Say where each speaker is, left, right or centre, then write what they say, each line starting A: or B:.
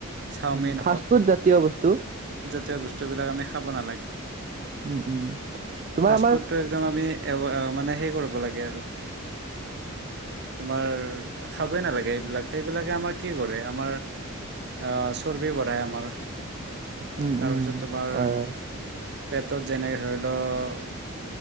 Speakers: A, on the right; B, on the right.
A: চাওমিন
B: উম, ফাষ্ট ফুড জাতীয় বস্তু।
A: <unintelligible> বস্তু বিলাক আমি খাব নালাগে।
B: উম, উম। তোমাৰ
A: ফাষ্ট
B: আমাৰ
A: ফুডটো একদম আমি এভ মানে সেই কৰিব লাগে আৰু তোমাৰ খাবই নালাগে। এইবিলাক, সেইবিলাকে আমাৰ কি কৰে, আমাৰ আহ চৰ্বি বঢ়াই আমাৰ।
B: উম,
A: তাৰপিছত
B: উম।
A: তোমাৰ
B: হয়, হয়।
A: পেটত যেনেকে ধৰি লওক,